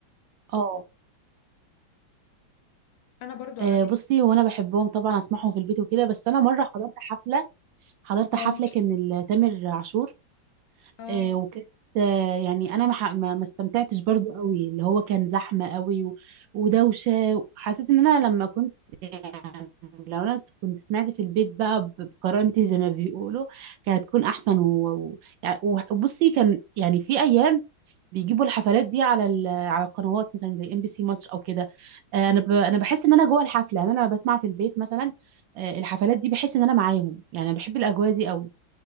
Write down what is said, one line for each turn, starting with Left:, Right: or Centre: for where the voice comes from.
Right: اه
Left: انا برضو
Right: آه،
Left: على فكرة
Right: بصي هو انا بحبهم طبعا اسمعهم في البيت وكده بس انا مره حضرت حفله حضرت
Left: اه
Right: حفله كان ال- تامر عاشور
Left: اه
Right: آه، وكانت آه، يعني انا ما ح- ما ما استمتعتش برضو قوي اللي هو كان زحمه قوي و- ودوشه حسيت ان انا لما كنت يعني لو انا س- كنت سمعت في البيت بقى ب- بكرامتي زي ما بيقولوا كانت تكون احسن و- و- يعني- و- وبصي كان يعني في ايام بيجيبوا الحفلات دي على ال- على القنوات مثلا زي ام بي سي مصر او كده آه، انا ب- انا بحس ان انا جوه الحفله يعني انا لما بسمع في البيت مثلا آه، الحفلات دي بحس ان انا معاهم يعني انا بحب الاجواء دي قوي